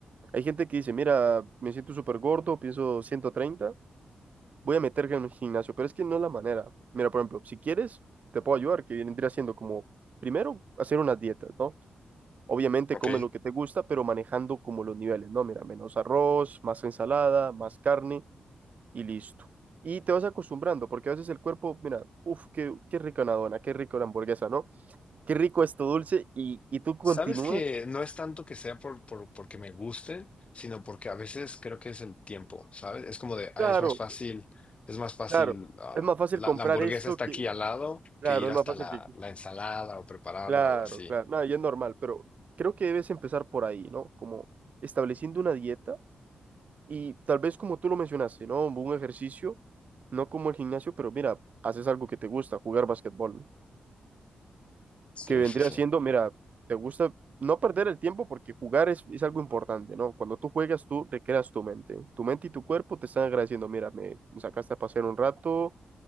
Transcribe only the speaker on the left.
Ok.
Sabes que no es tanto que sea por, por, porque me gusten, sino porque a veces creo que es el tiempo, ¿sabes? Es como de, ay,
es más fácil, es más fácil,
ah,
la,
la hamburguesa
está
aquí al lado
que ir
hasta
la,
la ensalada o prepararla
o así.
Sí,
sí, sí.